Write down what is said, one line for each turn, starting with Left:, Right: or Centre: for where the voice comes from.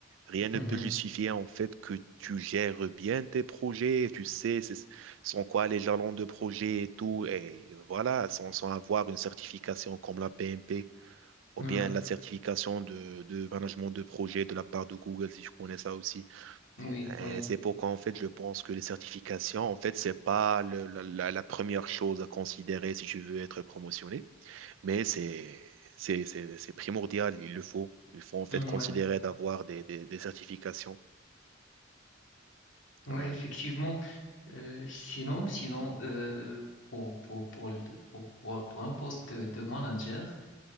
Right: rien ne
Left: Mhm.
Right: peut justifier, en fait, que tu gères bien tes projets. Tu sais, c'est- sans quoi les jalons de projet et tout. Et voilà, sans, sans avoir une certification comme la PMP ou
Left: ouais,
Right: bien la certification de, de management de projet de la part de Google, si je connais ça aussi.
Left: oui,
Right: Euh,
Left: oui,
Right: c'est pourquoi, en fait, je pense que les certifications, en fait, c'est pas le- la, la- la première chose à considérer si tu veux être promotionné, mais c'est, c'est, c'est, c'est primordial, il le faut. Il faut, en fait,
Left: ouais.
Right: considérer d'avoir des, des, des certifications.
Left: ouais
Right: Voilà.
Left: effectivement. Euh, sinon, sinon euh, pour, pour, pour, le- pour, pour, pour un poste de, de manager